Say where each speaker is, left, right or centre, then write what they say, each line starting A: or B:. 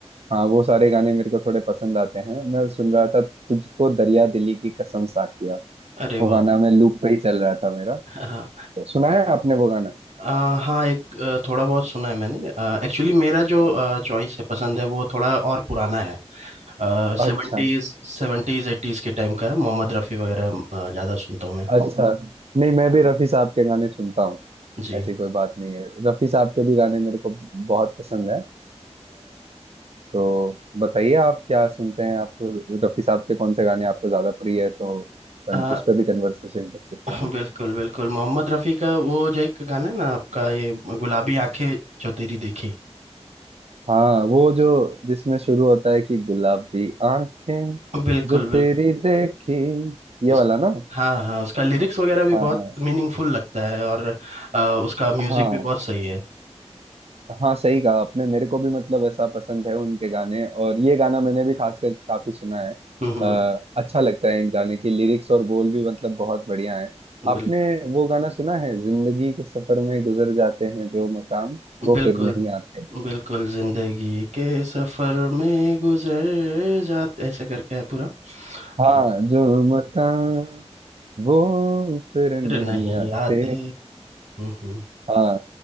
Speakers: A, on the right (about 60°); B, on the right (about 85°).
A: हाँ वो सारे गाने मेरे को थोड़े पसंद आते हैं मैं सुन रहा था तुझको दरिया दिली की कसम साकिया
B: अरे
A: वो
B: वाह
A: गाना मैं लूप पे ही चल रहा था मेरा
B: हाँ
A: तो सुना है आपने वो गाना
B: आ, हाँ एक आ, थोड़ा बहुत सुना है मैंने एक्चुअली मेरा जो
A: हाँ।
B: चॉइस है पसंद है वो थोड़ा और पुराना है सेवेंटीज
A: अच्छा
B: सेवेंटीज एटीज के टाइम का है मोहम्मद रफ़ी वगैरह आ, ज़्यादा सुनता हूँ मैं
A: अच्छा नहीं मैं भी रफी साहब के गाने सुनता हूँ
B: जी
A: ऐसी कोई बात नहीं है रफी साहब के भी गाने मेरे को बहुत पसंद है अ, तो बताइए आप क्या सुनते हैं आप रफी साहब के कौन से गाने आपको ज्यादा प्रिय है तो अपन
B: हम्म
A: उस पर भी कन्वर्सेशन कर सकते
B: <laughs> हाँ,
A: हैं
B: बिल्कुल बिल्कुल मोहम्मद रफ़ी का वो जो एक गाना है ना आपका ये गुलाबी आंखें जो तेरी देखी
A: हाँ वो जो जिसमें शुरू होता है कि गुलाबी आंखें
B: बिल्कुल
A: जो तेरी
B: बिल्कुल
A: देखी ये
B: उस
A: वाला ना
B: हाँ हाँ उसका लिरिक्स वगैरह भी
A: हाँ
B: बहुत
A: हाँ
B: मीनिंगफुल लगता है और आ, उसका म्यूजिक
A: हाँ
B: भी बहुत सही है
A: हाँ सही कहा आपने मेरे को भी मतलब ऐसा पसंद है उनके गाने और ये गाना मैंने भी खास करके काफी सुना है
B: हम्म हम्म,
A: आ, अच्छा लगता है इन गाने की लिरिक्स और बोल भी मतलब बहुत बढ़िया है आपने
B: बिल,
A: वो गाना सुना है जिंदगी के सफर में गुजर जाते हैं जो मकाम वो
B: बिल्कुल
A: फिर नहीं आते
B: बिल्कुल जिंदगी के सफर में गुजर जाते ऐसे करके है पूरा
A: हाँ
B: और
A: जो मकान वो फिर
B: फिर
A: नहीं
B: नहीं
A: आते
B: आते हम्म हम्म
A: हाँ